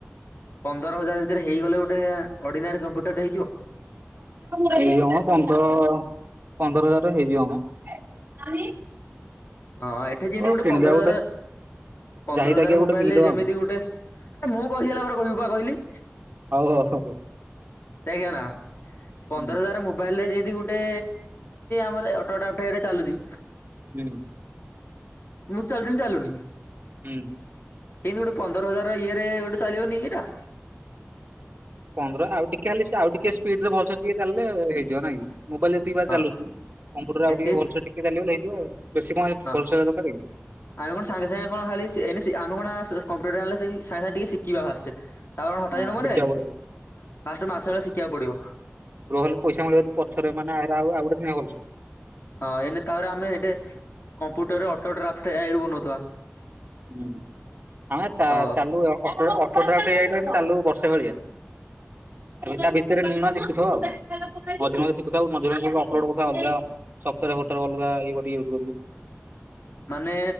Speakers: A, on the left; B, on the right.
A: ପନ୍ଦର ହଜାର ଭିତରେ ହେଇଗଲେ ଗୋଟେ ଅର୍ଡିନାରୀ କମ୍ପ୍ୟୁଟ୍ୟ ର ଟେ ହେଇଯିବ?
B: ହେଇ ଯିବ ମ ପନ୍ଦର ପନ୍ଦର ହଜାର ଟଙ୍କା ହେଇଯିବ ମ।
A: ହଁ ଏଠି କିନ୍ତୁ
B: ହଉ
A: ଗୋଟେ
B: କିଣିଦବା
A: ପନ୍ଦର ହଜାରେ ପନ୍ଦର
B: ଯାହି ତାକିଆ
A: ହଜାର
B: ଗୋଟେ
A: ମୋବାଇଲିରେ
B: କିଣିଦବା
A: ଯେମିତି ଗୋଟେ ମୁଁ କହି ସାରିଲା ପରେ କହିବୁ ପା କହିଲି।
B: ହଉ ଆସକୁ
A: <unintelligible>
B: ହୁଁ
A: ମୋବାଇଲ ରେ ଯେମତି ଗୋଟେ ଆମର ଅଟୋଟାଟ ଏଇଟା ଚାଲୁଛି
B: ହୁଁ।
A: ମୁଁ ଚାରିଦିନ୍ ଚାଲୁନି।
B: ହୁଁ।
A: ସିଏବି ଗୋଟେ ପନ୍ଦର ହଜାର ଇଏରେ ଗୋଟେ ଚାଲିବନି ଏଇଟା?
B: ପନ୍ଦର ଆଉ ଟିକେ ହେଲେ ସେ ଆଉ ଟିକେ ସ୍ପିଡରେ ଭଲସେ ଟିକେ ଚାଲିଲେ ହେଇଯିବ ନାଇଁ ମୋବାଇଲ ଏତିକି ବା
A: ହଁ
B: ଚାଲୁଚି କପୁଟର
A: ହେତି
B: ଆଉ ଟିକେ ଭଲସେ ଟିକେଚାଲି ଗଲେ ହେଇ ଯିବ ଆଉ ବେଶୀ କଣ
A: ହଁ
B: ଭଲସେ ହେରା ଦରକାର କି
A: ଆମେ କଣ ସାଙ୍ଗେ ସାଙ୍ଗେ କଣ ଖାଲି ଆମେ ସି ଏଇନେ ଆମେ କଣ ସେ କମ୍ପ୍ୟୁଟର ଆଣିଲେ ସେଇ ସାଙ୍ଗେ ସାଙ୍ଗେ ଟିକେ ଶିଖିବା ଫାଷ୍ଟ। ତା କଣ ହଠାତ୍
B: ହଁ
A: ଦିନ ମନେ
B: ଶିଖିବାକୁ
A: ଆ କି
B: ପଡିବ ହଁ
A: ଫାଷ୍ଟ ମାସ ବେଳେ ଶିଖିବାକୁ ପଡିବ
B: ରୋହୁନୁ ପଇସା ମିଳିବ ଦି ପଛରେ ନଲେ ଆଉ ଆଉ ଗୋଟେ କିଣିବା ଭଲସେ।
A: ହଁ ଏଇନେ ତାପରେ ଆମେ ଏଠ computer auto draft A I ରୁ ବନଉଥିବା।
B: ହୁଁ ଆମେ ଚା
A: ତ ହଁ।
B: ଚାଲୁ ପକେଇବ ଫଟ୍ରା ହେଇଯାଇ ଚାଲୁ ବର୍ଷେ ଭଳିଆ ତା ଭିତ ରେ ନ ଶିଖିଥିବ ଆଉ ମଝିରେ ମଝିରେ ଶିଖୁଥାଉ ମଝିରେ ମଝିରେ ବି ଅପଲୋଡ କରିଥାଉ ଅଲଗା ସ ଭୋଟର ହୋଟର ଅଲଗା ଇଏ କରିକି ୟୁଜ କରି କି
A: ମାନେ